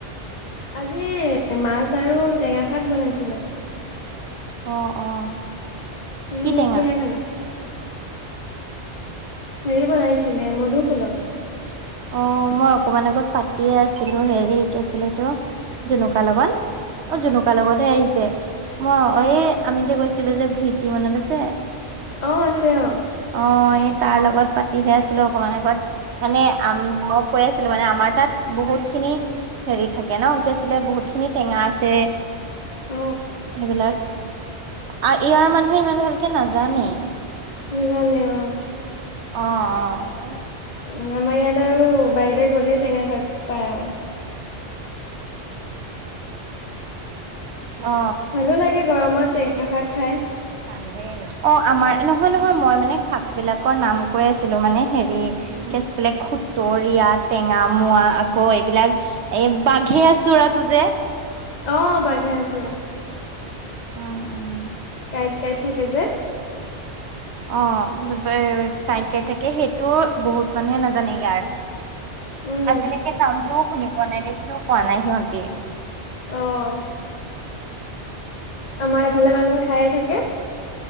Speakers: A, on the left; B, on the right.
A: আজি মাছ আৰু টেঙাশাক বনাইছিলে।
B: অ', অ,
A: তুমি
B: কি টেঙা
A: কিহেৰে খালা? হেৰি বনাইছিলে, মধুসোলঙ।
B: অ', মই অকমান আগত পাতিয়ে আছিলো। হেৰি কি আছিলে। এতো জনুকা লগন অ', জুনুকা লগতহে আহিছে। মই এ আমি যে গৈছিলোঁ যে ভি তি মনত আছে?
A: অ', আছে। অ,
B: অ', এই তাৰ লগত পাতিহে আছিলো। অকমান আগত মানে আম মই কৈ আছিলো। মানে আমাৰ তাত বহুত খিনি হেৰি থাকে ন কি আছিলে। বহুত খিনি টেঙা আছে।
A: অ
B: এইবিলাক আৰু ইয়াৰ মানুহে ইমান ভালকে নাজানেই।
A: নিজানে অ,
B: অ অ
A: উ', আমাৰ ইয়াত আৰু বাৰিলৈ গ'লেই টেঙা শাক পায় আৰু।
B: অ
A: ভালো লাগে। গৰমত টেঙা শাক খাই।
B: <unintelligible> অ', আমাৰ নহয়। নহয়। মই মানে শাক বিলাকৰ নাম কৈ আছিলো, মানে হেৰি আছিলে। খুতৰীয়া টেঙা মোৱা আকৌ এইবিলাক এই বাঘে আছোৰা তু যে
A: অ', বাঘে আঁচোৰা।
B: উম', উম,
A: কাঁইট কাঁইট থাকে যে,
B: অ', এ কাঁইট কাঁইট থাকে। সেইটো বহুত মানুহে নাজানে ইয়াৰ
A: উম
B: আজিলৈকে নামটোও শুনি পোৱা নাই, দেখিও পোৱা নাই। সিহঁতে
A: অ', আমাৰ এফালে মানুহে খাই থাকে।